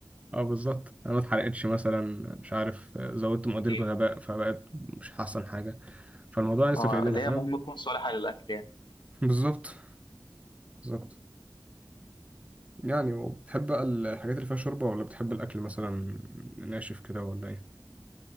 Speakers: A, on the right; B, on the left.
A: اه بالظبط انا ما اتحرقتش مثلا مش عارف آه، زودت مقادير
B: يعني
A: بغباء فبقت مش احسن حاجه فالموضوع لسه
B: اه
A: في ايدينا
B: اللي
A: فاهم
B: هي المهم تكون صالحة للأكل يعني
A: بالظبط بالظبط يعني وبتحب بقى الحاجات اللي فيها شوربه ولا بتحب الاكل مثلا ناشف كده ولا ايه